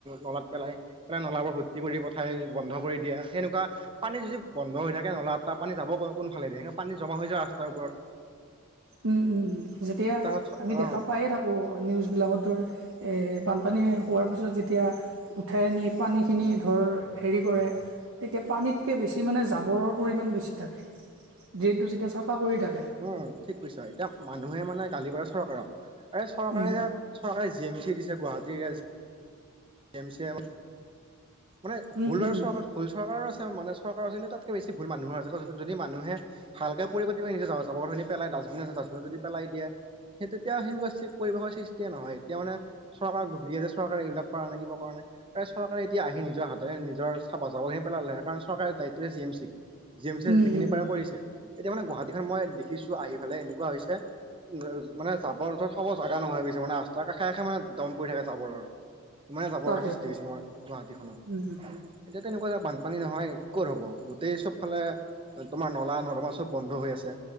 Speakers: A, on the right; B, on the right.
A: নলাত পেলাই, পেলাই নলাব বোৰ ভৰ্তি কৰি ঠাই বন্ধ কৰি দিয়া সেনেকুৱা পানী যদি বন্ধ হৈ থাকে নলা ত পানী যাব কোনালে দে পানী জমা হৈ যায় ৰাস্তাৰ ওপৰত
B: উম, উম, যেতিয়া
A: তাৰপাছত
B: আমি দেখা
A: অ
B: পাইে থাকো। আকৌ নিউজবিলাকত ধৰ বানপানী হোৱাৰ পিছত যেতিয়া উঠাই নি, পানীখিনি ধৰ হেৰি কৰে। তেতিয়া পানীতকৈ বেছি মানে জাবৰৰ পৰিমাণ বেছি থাকে ড্ৰেইনটো যেতিয়া চাফা কৰি থাকে।
A: উ, ঠিক কৈছ এতিয়া মানুহে মানে গালি পাৰে চৰকাৰক আৰুৰে চৰকাৰে
B: উম,
A: যোত চৰকাৰে জি এম চি দিছে গুৱাহাটী এম চি এম মানে
B: উম,
A: ভুল
B: উম,
A: আৰু
B: উম,
A: চৰকাৰ ভুল চৰকাৰো আছে মানে চৰকাৰৰ কিন্তু তাতকে বেছি ভুল মানুহো আছে যদি মানুহে ভালকে পৰি পাতিব নিজে চাবৰ ধনি পেলাই ডাষ্টবিন আছে ডাবত যদি পেলাই দিয়া। সেই তেতিয়া সেনেকুৱা পৰিৱেশৰ সৃষ্টিয়ে নহয় এতিয়া মানে। চৰকাৰক ঢুকি আছে চৰকাৰে এইবিলাক কৰা নাই কিবা কৰা নাই আৰু চৰকাৰে এতিয়া আহি নিজৰ হাতে নিজৰ চাবা চাবলৈহি পেলালে কাৰণ চৰকাৰে দায়িত্ব তেয়া G M C G M C
B: উম,
A: যিখিনিৰ
B: উম,
A: পৰা
B: উম,
A: কৰিছে এতিয়া মানে গুৱাহাটীখন মই দেখিছো আহি ফালে এনেকুৱা হৈছে। উ, মানে যাবৰ যত সব জাগা নহয় গৈছে মানেস্তাৰ কাষে কষে মানে দম পৰি থাকে। জাবৰৰ ইমানে জাবৰৰ
B: তাকেতো
A: সৃষ্টি হৈছে আমাৰ গুৱাহাটীখনত
B: উম, উম,
A: এতিয়া তেনেকুৱা যে বানপানী নহয় ক'ত হ'ব গোটেই চবফালে তোমাৰ নলা, নদমা চব বন্ধ হৈ আছে।